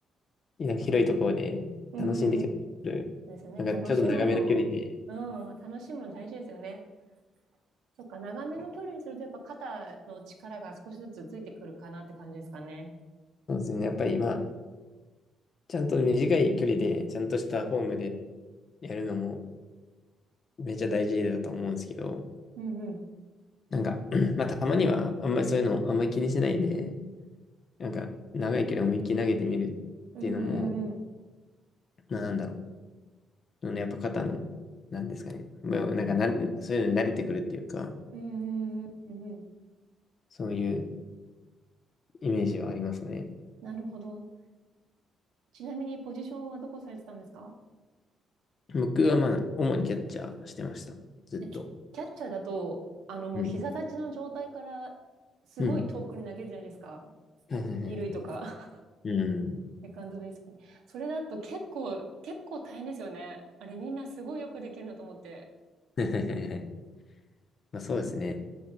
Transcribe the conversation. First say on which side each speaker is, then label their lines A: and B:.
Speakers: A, on the left; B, on the right.
A: なんか広いところで楽しんでキャッチボール。
B: うん、うん、うん。そうですよね。
A: なんかちょっと長めの距離で、
B: 楽しむの、うん、楽しむの大事ですよね。そっか、長めの距離にすると、やっぱ肩の力が少しずつついてくるかなって感じですかね。
A: そうですね。やっぱり、まあ、ちゃんと短い距離で、ちゃんとしたフォームでやるのもめっちゃ大事だと思うんですけど、
B: うん
A: なんか、<clears throat> まあ、たまには、あんまりそういうの、あんまり気にしないで、なんか、長い距離思いっきり投げてみるっていうのも、
B: うんうんうん。
A: まあ、なんだろう。あのやっぱ肩の、なんですかね。まあなんかな、そういうのに慣れてくるっていうか、
B: うんうんうんうんうん。
A: そういうイメージはありますかね。
B: なるほど。ちなみにポジションはどこされてたんですか
A: 僕はまあ、主にキャッチャーしてました。ずっと。
B: でキ、キャッチャーだと、あのもう膝立ちの状態からすごい遠くに投げるじゃないですか。
A: うん。うん。はいはいはいはい。
B: 二塁とか、
A: うん。
B: <laughs> セカンドベースとかに。それだと結構、結構大変ですよね。あれみんなすごいよくできるなと思って。
A: はいはいはいはい。<laughs> まあ、そうですね。